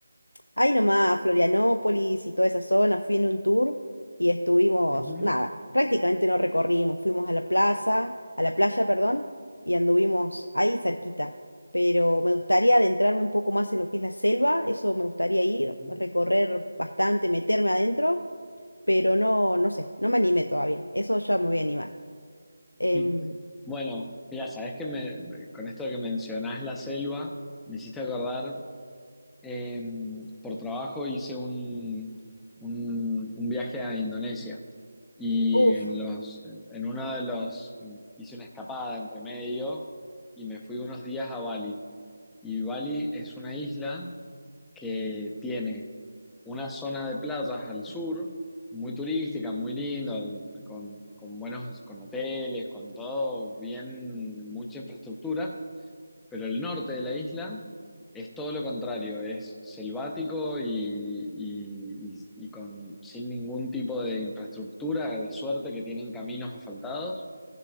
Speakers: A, on the left; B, in the centre.
A: Ahí nomás, a Florianópolis y toda esa zona, fui en un tour y estuvimos,
B: Ujú,
A: nada, prácticamente no recorrimos, fuimos a la plaza, a la playa, perdón, y anduvimos ahí cerquita. Pero me gustaría adentrarme un poco más en lo que es la selva, eso me gustaría ir,
B: ujú.
A: recorrer bastante, meterme adentro, pero no, no sé, no me animé todavía, eso ya me voy a animar. Em,
B: Mm. Bueno, mira, sabes que me, con esto que mencionás la selva, me hiciste acordar Eh, por trabajo hice un, un- un viaje a Indonesia y
A: uf,
B: en los, en, en una de los, en- hice una escapada entre medio y me fui unos días a Bali. Y Bali es una isla que tiene una zona de playas al sur, muy turística, muy linda, con, con buenos, con hoteles, con todo, bien, mucha infraestructura. Pero el norte de la isla es todo lo contrario, es selvático y, y- y- y con, sin ningún tipo de infraestructura, de suerte que tienen caminos asfaltados.